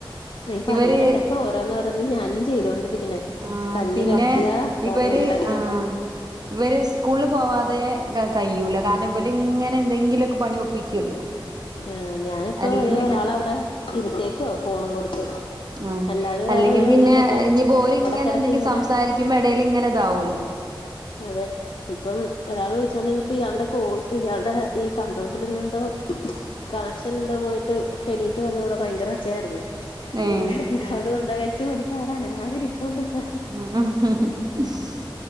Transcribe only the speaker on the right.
ഇവര്
ആ
പിന്നെ
ഇവര്
ആ ഇവര് സ്കൂളിൽ പോവാതെ കയ്യൂല കാരണം ഇവലിങ്ങനെ എന്തെങ്കിലുംഒക്കെ പണി ഒപ്പിക്കുവല്ലോ
അല്ലെങ്കിൽ
പിന്നെ
ആഹ്
അല്ലെങ്കി
പിന്നെ
ഇനി പ്പൊ ഓര് ഇങ്ങനെ
എന്തെങ്കിലും
സംസാരിക്കുമ്പോ എടേൽ ഇങ്ങനെ ഇതാവോല്ലോ
ഏ
ആഹ്